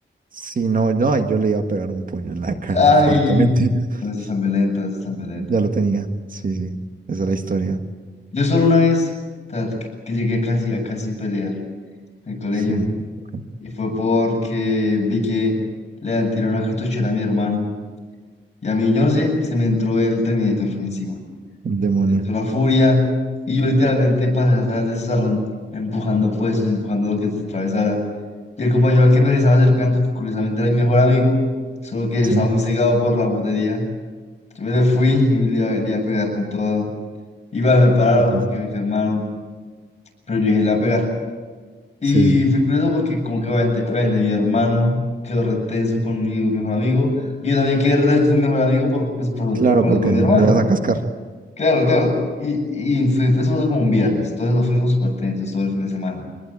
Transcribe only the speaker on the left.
Ay,
eso es tan violento, eso es tan violento.
porque-
Yo solo una vez ta- que llegué a casi, a casi pelear en el colegio
y fue porque vi que le han tirado una cartuchera a mi hermano y a mí, yo no sé, se me entró el Terminator encima.
Me entró la furia y yo literalmente pasé a salir de ese salón empujando puestos, empujando lo que se atravesara. Y el compañero al que me le estaba acercando, que curiosamente era mi mejor amigo, solo que estaba
muy cegado por la putería. Yo me le fui y me le iba, le iba a pegar con todo. Igual me pararon,
como que me calmaron, pero yo dije, le voy a pegar. Y
fue curioso porque como que obviamente, obviamente mi hermano quedó retenso conmigo, mi mejor amigo, y yo también quedé retenso con mi mejor amigo por, pues, por,
por, por-
con mi
hermano.
Claro, claro. Y, y fue, eso pasó como un viernes, entonces nos fuimos súper tensos todo el fin de semana.